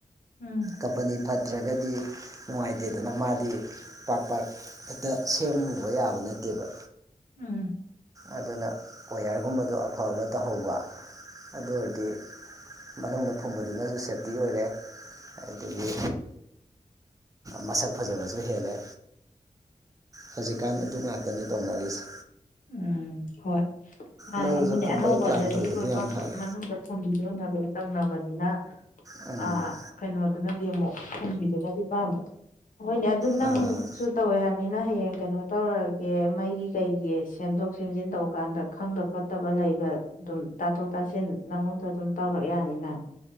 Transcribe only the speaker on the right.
ꯀꯝꯄꯅꯤ ꯐꯠꯇ꯭ꯔꯒꯗꯤ ꯅꯨꯡꯉꯥꯏꯇꯦꯗꯅ ꯃꯥꯗꯤ ꯄꯥꯔ ꯄꯥꯔꯛ ꯈꯦꯛꯇ ꯁꯦꯝꯃꯨꯕ ꯌꯥꯕ ꯅꯠꯇꯦꯕ
ꯑꯗꯨꯅ ꯀꯌꯔꯒꯨꯝꯕꯗꯣ ꯑꯐꯕ ꯇꯧꯍꯧꯕ ꯑꯗꯨ ꯑꯣꯏꯔꯗꯤ ꯃꯅꯨꯡꯗ ꯐꯨꯝꯕꯗꯨꯅꯁꯨ ꯁꯦꯞꯇꯤ ꯑꯣꯏꯔꯦ ꯑꯗꯨꯗꯒꯤ ꯃꯁꯛ ꯐꯖꯕꯁꯨ ꯍꯦꯜꯂꯦ ꯍꯧꯖꯤꯛꯀꯥꯟ ꯑꯗꯨ ꯉꯥꯛꯇꯅꯤ ꯇꯧꯅꯔꯤꯁꯦ
ꯅꯣꯏꯒꯤꯁꯨ
ꯐꯨꯝꯕꯩ
ꯄ꯭ꯂꯥꯟ ꯇꯧꯕꯗꯨ
ꯌꯥꯝ ꯐꯔꯦ
ꯎꯝ
ꯑꯥ